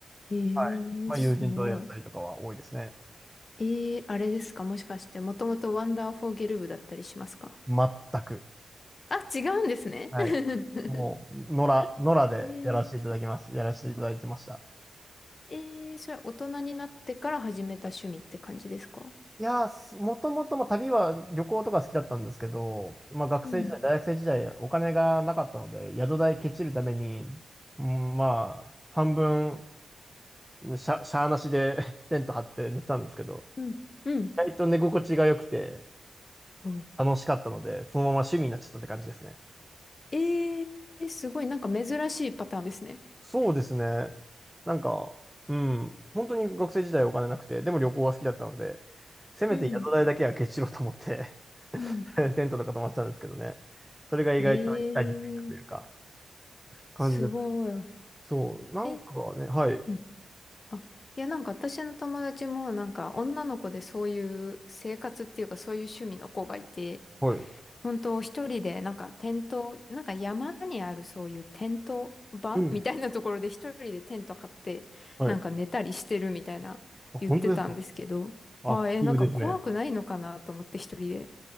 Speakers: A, on the left; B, in the centre.
A: えー、
B: はい。まあ友人とやったりとかは多いですね。
A: すごい。えー、あれですかもしかして、もともとワンダーフォーゲル部だったりしますか
B: 全く。
A: あ、違うんですね。
B: はい。
A: <laughs>
B: もう、野良、野良でやらせていただきます。
A: えー、
B: やらせていただいてました。
A: えー、それは大人になってから始めた趣味って感じですか
B: いやー、すもともとも旅は旅行とか好きだったんですけど、まあ学生時代、
A: うん、
B: 大学生時代お金がなかったので、宿代ケチるために、うんまあ、半分、しゃ、しゃーなしで <laughs> テント張って寝てたんですけど、
A: うん、うん。
B: 意外と寝心地が良くて
A: そう
B: 楽しかったので、そのまま趣味になっちゃったって感じですね。
A: えー、えすごい、なんか珍しいパターンですね。
B: そうですね。なんか、うん、本当に学生時代お金なくて、でも旅行が好きだったので、せめて宿代だけはケチしろうと思って
A: うん、うん。
B: <laughs> テントとか泊まってたんですけどね。それが意外と一体についたというか、
A: えー、
B: 感じですね。
A: すごい。
B: そう、なんかね、
A: え、
B: はい、
A: うん。あ、いや、なんか私の友達も、なんか女の子でそういう生活っていうか、そういう趣味の子がいて、
B: はい、
A: 本当一人でなんかテント、なんか山にあるそういうテント場みたいなところで一人でテント張ってなんか寝たりしてるみたいな言ってたんですけど、
B: うん、はい。あ本当ですかアクティブですね。
A: ああ、えー、なんか怖くないのかなと思って一人で。